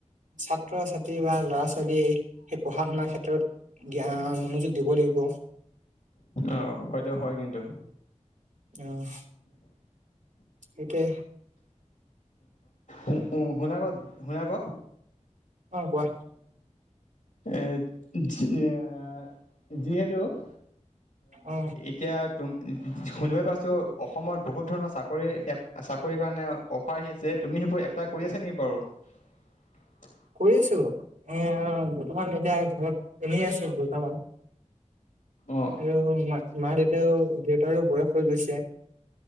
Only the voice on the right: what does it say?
ছাত্ৰ-ছাত্ৰী বা ল'ৰা- ছোৱালীয়ে সেই পঢ়া শুনাৰ ক্ষেত্ৰত জ্ঞান মনোযোগ দিব লাগিব।
আহ, সেইটোয়ে
অ কোৱা
অ
কৰিছো। এ বৰ্তমান এতিয়া ঘৰত এনে আছো বৰ্তমান।
আৰু মা মা দেউতাও দেউতাৰো বয়স হৈ গৈছে।